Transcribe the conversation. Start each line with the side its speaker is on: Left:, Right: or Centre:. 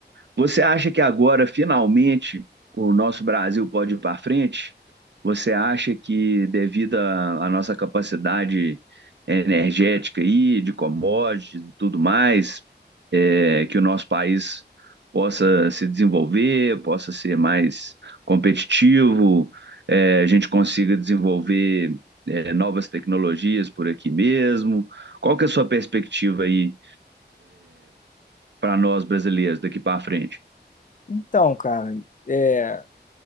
Right: Você acha que agora, finalmente, o nosso Brasil pode ir para frente? Você acha que, devido à à nossa capacidade energética aí, de commodities e tudo mais, é, que o nosso país possa se desenvolver, possa ser mais competitivo, é, a gente consiga desenvolver, é, novas tecnologias por aqui mesmo? Qual que é a sua perspectiva aí para nós brasileiros daqui para frente?
Left: Então, cara, é,